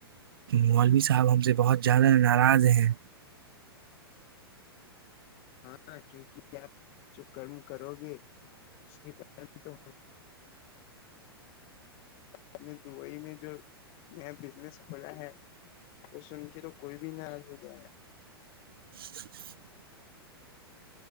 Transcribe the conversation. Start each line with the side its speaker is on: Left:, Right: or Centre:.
Right: مولوی صاحب ہم سے بہت زیادہ ناراض ہیں
Left: ہاں کیونکہ آپ جو کرم کرو گے اس کے تو اپ نے دبئی میں جو نیا بزنس کھولا ہے وہ سن کے تو کوئی بھی ناراض ہو جائے گا
Right: <inaudible>